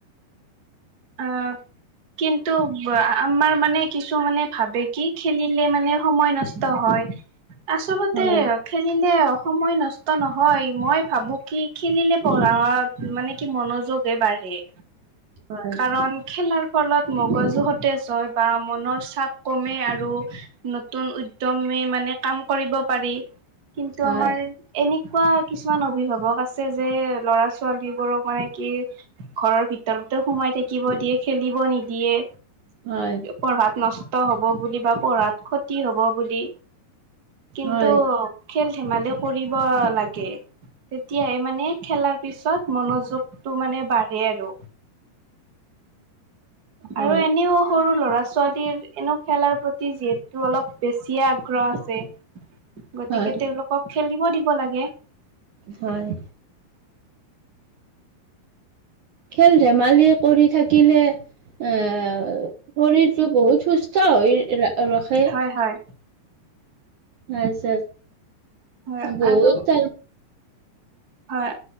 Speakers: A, on the right; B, on the right.
A: অহ কিন্তু আমাৰ মানে কিছু মানে ভাবে কি খেলিলে মানে সময় নষ্ট হয়। হয় আচলতে
B: হয়
A: খেলিলে সময় নষ্ট নহয়। মই ভাবোঁ কি খেলিলে পঢ়া মানে কি মনোযোগ হে বাঢ়ে। এই
B: হয়
A: কাৰণ খেলাৰ ফলত মগজুতে জয় বা মনৰ চাপ কমে আৰু নতুন উদ্যমে মানে কাম কৰিব পাৰি কিন্তু
B: হয়
A: আমাৰ এনে এনেকুৱা কিছুমান অভিভাৱক আছে যে ল'ৰা ছোৱালী বোৰক মানে কি ঘৰৰ ভিতৰতো সোমাই থাকিব দিয়ে খেলিব নিদিয়ে
B: হয়
A: পঢ়াত নষ্ট হব বুলি বা পঢ়াত ক্ষতি হব বুলি কিন্তু
B: হয়
A: খেল ধেমালি কৰিব লাগে। তেতিয়াই মানে খেলাৰ পিছত মনোযোগটো মানে বাঢ়ে আৰু
B: হয়
A: আৰু এনেও সৰু ল'ৰা-ছোৱালীৰ এনেও খেলাৰ প্ৰতি যিহেতু অলপ বেছিয়ে আগ্ৰহ আছে গতিকে
B: হয়
A: তেওঁলোকক খেলিব দিব লাগে।
B: হয়। খেল ধেমালি কৰি থাকিলে- এ শৰীৰটো বহুত সুস্থ হৈ ৰাখে।
A: হয় হয়
B: তাছত
A: হয়
B: বহুত
A: আৰু হয়